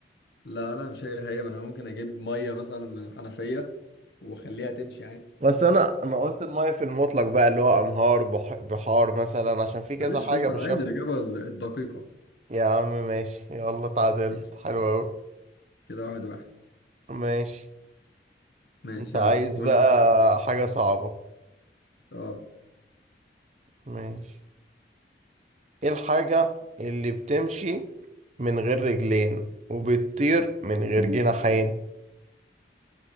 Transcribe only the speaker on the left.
لا لا مش هي هي ما انا ممكن اجيب ميه مثلا من الحنفيه واخليها تمشي عادي
معلش
يا اسطى
انا عايز
الاجابه ال- الدقيقه
ماشي.
كده واحد واحد
ماشي
يلا قول
انت
اه